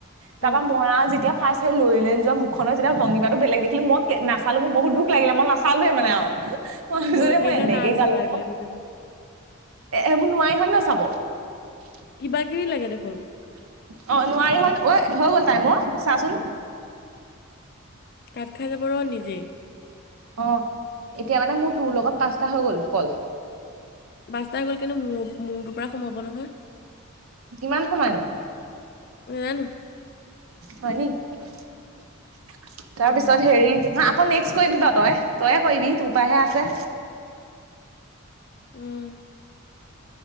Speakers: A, on the right (about 75°); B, on the left (about 45°).
A: তা
B: উম
A: পা মই আৰু যেতিয়া ফাৰ্ষ্ট সেই লৰি লৈ যোৱা মুখনৰ যেগা ভংগিমাটো বেলেগ দেখিলো মই কে নচালো বহুত দুখ লাগিলে মই নচালোৱেই মানে আও মই জোৰে
B: একেহে
A: মই এনেকে
B: নাই চোৱা
A: গালো
B: পাই আজিলৈকে ভিডিঅ'টো
A: এ, এইবোৰ নোৱাৰি হয় ন চাব।
B: কিবা কিবি লাগে দেখোন।
A: অ', নোৱাৰি হয়। অ' হয় গ'ল টাইম অ' চাচোন।
B: কাট খাই যাব ৰ নিজেই।
A: অ', এতিয়া মানে মোৰ তোৰ লগত পাঁচটা হৈ গ'ল কল।
B: বাচতা হৈ গ'ল কিন্তু মোৰ, মোৰটো। পুৰা সোমাব নহয়।
A: কিমান সোমায়নো?
B: নাজানো।
A: হয়নি । <unintelligible> তাৰপিছত
B: উম,
A: হেৰিত না। আকৌ নেক্সট কৰিবি বা তই, তইয়ে কৰিবি তোৰ পৰাহে আছে।
B: উম।